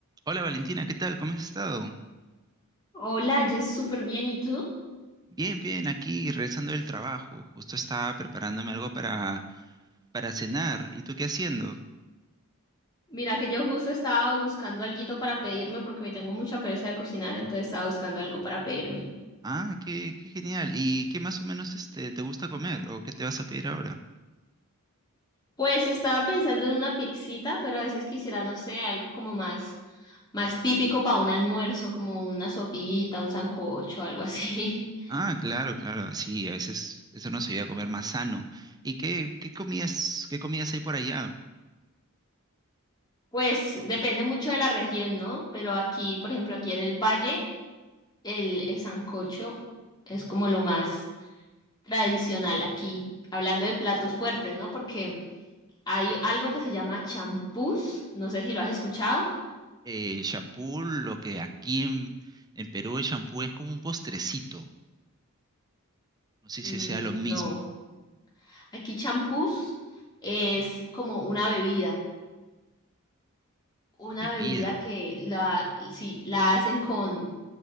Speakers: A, on the right; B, on the left.
A: Hola Valentina, ¿qué tal? ¿Cómo has estado?
B: Hola, yo súper bien. ¿Y tú?
A: Bien, bien, aquí regresando del trabajo. Justo estaba preparándome algo para, para cenar. ¿Y tú qué haciendo?
B: Mira que yo justo estaba buscando alguito para pedirme porque hoy tengo mucha pereza de cocinar, entonces estaba buscando algo para pedirme.
A: Ah, qué, qué genial. ¿Y qué más o menos este, te gusta comer o qué te vas a pedir ahora?
B: Pues estaba pensando en una pixita, pero a veces quisiera, no sé, algo como más, más típico para un almuerzo, como una sopita, un sancocho, algo así. <laughs>
A: Ah, claro, claro. Sí, a veces eso nos ayuda a comer más sano. ¿Y qué, qué comidas, qué comidas hay por allá?
B: Pues depende mucho de la región, ¿no? Pero aquí, por ejemplo, aquí en el valle, el, el sancocho es como lo más tradicional aquí. Hablando de platos fuertes, ¿no? Porque Hay algo que se llama champús, no sé si lo has escuchado.
A: Eh, champú, lo que aquí en, en Perú el champú es como un postrecito. No sé
B: Mm,
A: si sea lo mismo.
B: no, aquí champús es como una bebida, una
A: Una bebida.
B: bebida que la, sí, la hacen con